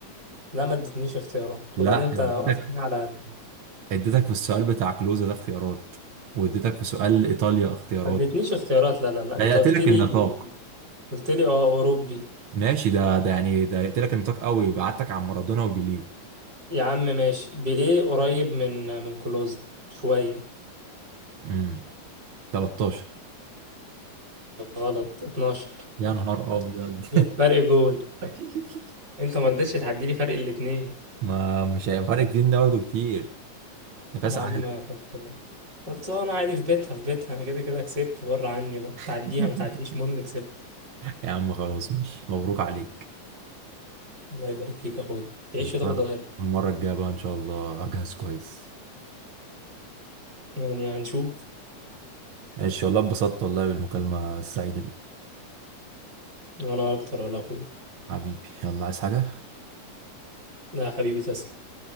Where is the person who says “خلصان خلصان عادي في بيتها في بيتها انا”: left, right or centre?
Right